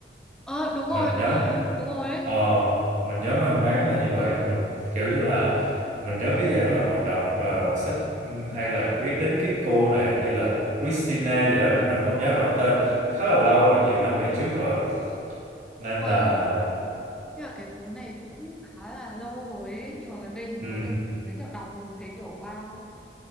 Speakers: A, in the centre; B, on the right.
A: ờ đúng
B: mình
A: rồi
B: nhớ
A: đúng rồi ấy, đúng rồi ấy.
B: ờ, mình nhớ mang máng là như vậy nhưng mình kiểu như là mình nhớ cái giai đoạn mà mình đọc ờ, sách ừ, hay là biết đến cái cô này như là Christina gì đó mình không nhớ rõ tên khá là lâu rồi nhiều năm về trước rồi nên
A: rồi
B: là
A: thế là cái cuốn này cũng khá là lâu rồi ấy nhưng mà gần đây mình
B: ừ,
A: mới được giới thiệu đọc rồi mình thấy kiểu wow ấy.